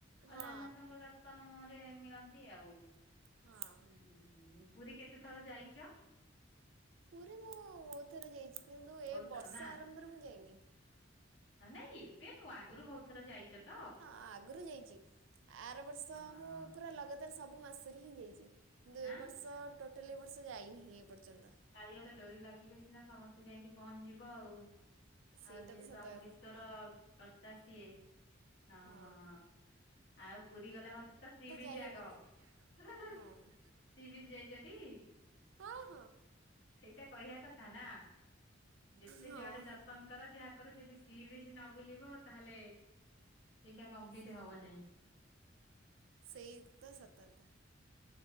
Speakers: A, on the right; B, on the left.
A: ହଁ
B: ଅଲାରନାଥ ଙ୍କ ଦର୍ଶନ ମୁହତ୍ ରେ ମିଳନ୍ତି ଆଉ
A: ହଁ।
B: ହୁଁ ହୁଁ ପୁରୀ କେତେ ଥର ଯାଇଛ
A: ପୁରୀ ମୁଁ ବହୁତ ଥର ଯାଇଛି କିନ୍ତୁ ଏ
B: ବହୁତ ଥର
A: ବର୍ଷା
B: ନା
A: ଆରମ୍ଭରୁ ମୁଁ ଯାଇନି
B: ନାଇଁ ଏବେ ନୁହଁ ଆଗରୁ ବହୁତ ଥର ଯାଇଛ ତ?
A: ହଁ ଆଗରୁ ଯାଇଛି ଆର ବର୍ଷ
B: ହଁ
A: ମୁଁ ପୁରା ଲଗାତାର ସବୁ ସବୁ ମାସରେ ହିଁ ଯାଇଛି କିନ୍ତୁ
B: ହାଁ
A: ଏ ବର୍ଷ ଟୋଟାଲ ଏ ବର୍ଷ ଯାଇନି ଏ ପର୍ଯ୍ୟନ୍ତ।
B: କାଳିଆ ତ ଡୋରି ଲାଗିଲେ ସିନା ସମସ୍ତେ ଯାଇକି ପହଞ୍ଚିଯିବ ଆଉ।
A: ସେଇଟା
B: ଆଉ ଯେହେତୁ
A: ତ ସତ
B: ଆମ ବିଶ୍ଵର କର୍ତ୍ତା ସିଏ। ହଁ
A: ହୁଁ।
B: ଆଉ ପୁରୀ ଗଲା ମାନେ ତ ସିିବିଚି
A: ଯାଇହବନି
B: ଆଗ। ସି
A: ହଁ।
B: ବି ଚି ଯାଇଛ ଟି?
A: ହଁ ହଁ।
B: ସେଇଟା କହିବା କଥା ନା ଯେତେ
A: ହଁ
B: ଯୁଆଡେ ଦର୍ଶନ କର ଯାହା କର ଯଦି ସି ବି ଚି ନ ବୁଲିବ ତାହେଲେ ସେଟା କମ୍ପ୍ଲିଟ
A: ସେ
B: ହବ ନାହିଁ।
A: ସେଇ ତ ସତକଥା।